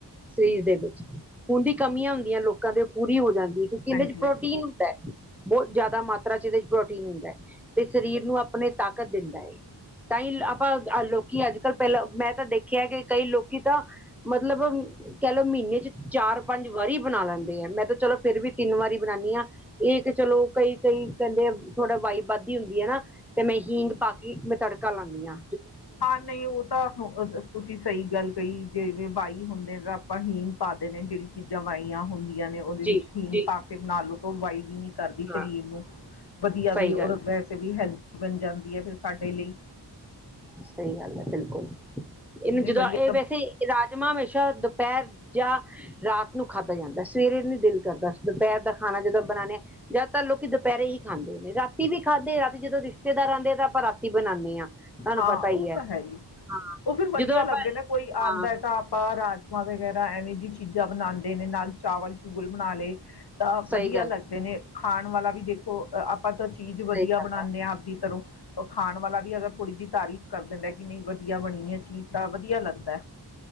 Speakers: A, in the centre; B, on the left.
A: ਸਰੀਰ ਦੇ ਵਿੱਚ ਖੂਨ ਦੀ ਕਮੀਆਂ ਹੁੰਦੀਆ, ਲੋਕਾਂ ਦੇ ਪੂਰੀ ਹੋ ਜਾਂਦੀ ਹੈ, ਕਿਉਂਕਿ ਇਹਦੇ
B: ਹਾਂਜੀ
A: ਚ ਪ੍ਰੋਟੀਨ
B: ਹਾਂਜੀ
A: ਹੁੰਦਾ ਆ। ਬੋਤ ਜ਼ਿਆਦਾ ਮਾਤਰਾ ਚ' ਇਹਦੇ ਪ੍ਰੋਟੀਨ ਹੁੰਦਾ ਹੈ, ਤੇ ਸਰੀਰ ਨੂੰ ਆਪਣੇ ਤਾਕਤ ਦਿੰਦਾ ਏ। ਤਾਂ ਹੀ ਆਪਾਂ ਲੋਕੀ ਅੱਜ ਕੱਲ ਪਹਿਲਾਂ ਮੈਂ ਤਾਂ ਦੇਖਿਆ ਕਿ, ਕਈ ਲੋਕੀ ਤਾਂ ਮਤਲਬ ਕਹਿ ਲਓ, ਮਹੀਨੇ ਚ 'ਚਾਰ- ਪੰਜ ਵਾਰੀ ਬਣਾ ਲੈਂਦੇ ਆ, ਮੈਂ ਤਾਂ ਚਲੋ। ਫੇਰ ਵੀ ਤਿੰਨ ਵਾਰੀ ਬਣਾਣੀ ਆ, ਇਹ ਇੱਕ ਚਲੋ ਕਈ- ਕਈ ਕਹਿੰਦੇ ਥੋੜਾ ਵਾਈ- ਵੱਧਦੀ ਹੁੰਦੀ ਹੈ ਨਾ। ਤੇ ਮੈਂ, ਹੀਂਗ ਪਾ ਕੇ ਈ ਮੈਂ ਤੜਕਾ ਲਾਣੀ ਆ।
B: ਹਾਂ ਨਹੀ ਉਹ ਤਾਂ। ਹਾ ਓ ਤੁਸੀਂ ਸਹੀ ਗੱਲ ਕਹੀਂ ਜਿਵੇਂ ਵਾਈ ਹੁੰਦੇ ਤਾਂ ਆਪਾਂ ਹੀਗ ਪਾ ਦੇ ਨੇ ਜਿਹੜੀ ਚੀਜ਼ਾਂ ਵਹੀਆਂ ਹੁੰਦੀਆਂ। ਯਾਨੀ ਉਹਦੇ
A: ਜੀ
B: ਵਿੱਚ ਹੀਂਗ
A: ਜੀ
B: ਪਾ ਕੇ ਬਣਾ ਲਓ ਤਾਂ ਵਾਈ ਵੀ ਨੀ ਕਰਦੀ
A: ਹਾਂ
B: ਸਰੀਰ ਨੂੰ, ਵਧੀਆ
A: ਸਹੀ
B: ਵੀ
A: ਗੱਲ
B: ਵੈਸੇ ਵੀ ਹੈਲਦੀ ਬਣ ਜਾਂਦੀ ਏ ਫੇਰ ਸਾਡੇ ਲਈ
A: ਸਹੀ ਗੱਲ ਐ ਬਿਲਕੁਲ, ਇਹਨੂੰ
B: ਨਹੀਂ
A: ਜਦੋਂ
B: ਵਧੀਆ
A: ਇਹ ਵੈਸੇ ਰਾਜਮਾਂਹ ਹਮੇਸ਼ਾ ਦੁਪਹਿਰ ਜਾਂ ਰਾਤ ਨੂੰ ਖਾਧਾ ਜਾਂਦਾ, ਸਵੇਰੇ ਨੀ ਦਿਲ ਕਰਦਾ, ਦੁਪਹਿਰ ਦਾ ਖਾਣਾ ਜਦੋਂ ਬਣਾਉਂਦੇ। ਜ਼ਿਆਦਾਤਰ ਲੋਕੀ ਦੁਪਹਿਰੇ ਹੀ ਖਾਂਦੇ ਨੇ, ਰਾਤੀ ਵੀ ਖਾਂਦੇ, ਰਾਤੀ ਜਦੋਂ ਰਿਸ਼ਤੇਦਾਰ ਆਉਂਦੇ ਆ ਤਾਂ ਆਪਾਂ ਰਾਤੀ ਬਣਾਉਂਦੇ ਆ। ਤੁਹਾਨੂੰ
B: ਹਾਂ,
A: ਪਤਾ
B: ਉਹ
A: ਹੀ
B: ਤਾਂ ਹੈ ਈ,
A: ਹਾਂ
B: ਉਹ ਵੀ ਵਧੀਆ
A: ਜਦੋਂ ਆਪਾਂ
B: ਲੱਗਦੇ ਨੇ ਕੋਈ ਆਂਦਾ
A: ਹਾਂ
B: ਤਾਂ ਆਪਾਂ ਰਾਜ ਮਾਂਹ ਵਗ਼ੈਰਾ ਐਵੇਂ ਜਿਹੀ ਚੀਜ਼ਾਂ ਬਣਾਦੇ ਨੇ, ਨਾਲ ਚਾਵਲ ਚੂਵਲ ਬਣਾ ਲਏ। ਤਾਂ
A: ਸਹੀ
B: ਵਧੀਆ
A: ਗੱਲ
B: ਲੱਗਦੇ ਨੇ, ਖਾਣ ਵਾਲਾ ਵੀ ਦੇਖੋ। ਆਪਾਂ ਤਾਂ ਚੀਜ਼ ਵਧੀਆ
A: ਸਹੀ ਗੱਲ
B: ਬਣਾਉਂਦੇ
A: ਹੈ
B: ਆਂ ਆਪਦੀ ਤਰੋਂ, ਉਹ ਖਾਣ ਵਾਲਾ ਵੀ ਅਗਰ ਥੋੜੀ ਜੀ ਤਾਰੀਫ਼ ਕਰ ਦਿੰਦਾ ਕਿ ਨਹੀਂ ਵਧੀਆ ਬਣੀ ਏ ਚੀਜ਼ ਤਾਂ ਵਧੀਆ ਲੱਗਦਾ।